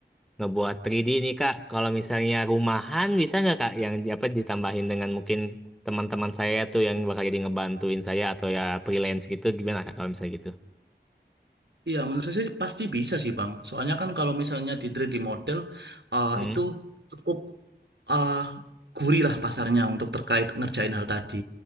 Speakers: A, in the centre; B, on the right (about 75°).
A: ngebuat 3D nih Kak, kalau misalnya rumahan bisa nggak Kak yang di- apa ditambahin dengan mungkin teman-teman saya tuh yang bakal jadi ngebantuin saya atau ya freelance gitu gimana Kak kalau misalnya gitu?
B: Iya, menurut saya sih pasti bisa sih, Bang. Soalnya kan kalau misalnya di 3D model, eh,
A: Hmm?
B: itu cukup ah, gurih lah pasarnya untuk terkait ngerjain hal tadi.